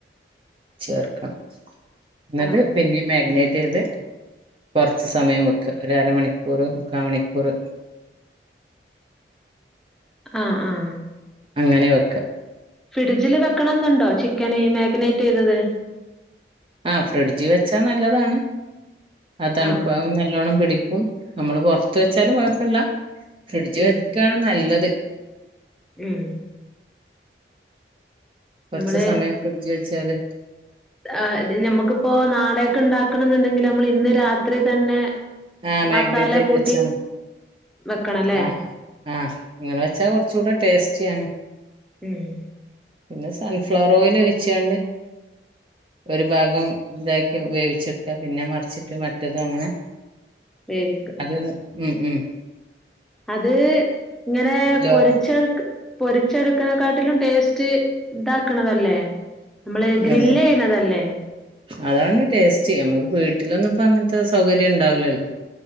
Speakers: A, on the right (about 30°); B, in the centre.
A: ചേർക്കണം ന്ന്ട്ട്
B: ആഹ്
A: പിന്നേം മാഗനെറ്റെയ്ത് കോറച്ച് സമയം വെക്ക ഒരരമണിക്കൂറ് മുക്കാ മണിക്കൂറ്
B: ആ ആ
A: അങ്ങനെ വെക്ക
B: ഫ്രിഡ്ജില് വെക്കണന്നുണ്ടോ ചിക്കന് മാഗിനേറ്റെയ്തത്
A: ആ ഫ്രിഡ്ജി വെച്ചാ ന്നല്ലതാണ് ആ തണുപ്പ
B: ആഹ്
A: നല്ലോണ്ണം പിടിക്കും നമ്മള് പോറത്ത് വെച്ചാല് കൊയപ്പല്ല ഫ്രിഡ്ജ്
B: ഉം
A: വെക്കാണ് ന്നല്ലത്
B: ഉം
A: കൊറച്ച്
B: നമ്മള്
A: സമയം ഫ്രിഡ്ജ് വെച്ചാല്
B: ആ നമ്മുക്ക്പ്പോ നാളെ ക്ക് ണ്ടാക്കണംന്ന്ണ്ടെങ്കിൽ നമ്മളിന്ന് രാത്രി തന്നെ
A: ആ മാഗ്നേറ്റ്
B: മസാല
A: ചെയ്ത്
B: കൂട്ടി
A: വെച്ചാ മതി
B: വെക്കണല്ലേ
A: ആ ആ ഇങ്ങനെ വെച്ചാ കുറച്ചുടെ ടേസ്റ്റിയാണ്
B: ഉം
A: പിന്നെ സൺഫ്ലവർ ഓയിലൊഴിച്ചാണ്ട് ഒരു ഭാഗം ഇതാക്കി വേവിച്ചെടുക്ക പിന്നെ മറിച്ചിട്ട് മറ്റതും അങ്ങനെ
B: വേവിക്ക
A: അതൊന്ന് ഉം ഉം
B: അത് ഇങ്ങനെ
A: ലോ
B: പൊരിച്ചക്ക് പൊരിച്ചെടുക്കണെക്കാട്ടിലും ടേസ്റ്റ് ഇതാക്കണതല്ലേ നമ്മള് ഗ്രില്ലേയ്ണതല്ലേ
A: അതെ അതാണ് ടേസ്റ്റ് നമ്മുക്ക് വീട്ടിലൊന്നും ഇപ്പ അങ്ങൻത്തെ സൗകര്യം ഇണ്ടാവൂല്ലല്ലോ